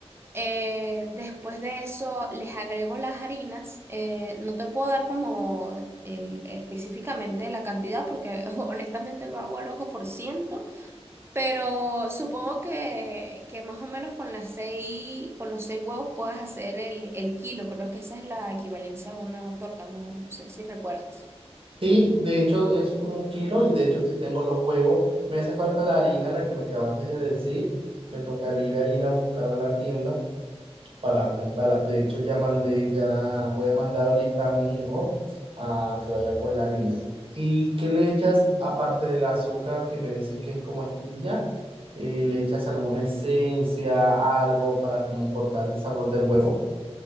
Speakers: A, on the right; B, on the right.
A: Eh, después de eso les agrego las harinas. Eh, no te puedo dar como el- específicamente la cantidad porque <laughs> honestamente lo hago al ojo por ciento, pero supongo que, que más o menos con las seis, con los seis huevos puedas hacer el, el kilo. Creo que esa es la equivalencia a una torta, no, no sé si recuerdas.
B: Sí, de hecho es como un kilo y de hecho si tengo los huevos, me hace falta la harina, la que me acabaste de decir, me tocaría ir a, ir a buscar a la tienda para comprarla. De hecho ya mandé, ya voy a mandar ahorita a mi hijo a que vaya por la harina. ¿Y qué le echas aparte del azúcar que me dices que es como estilla? Eh, ¿le echas alguna esencia, algo para como cortar el sabor del huevo?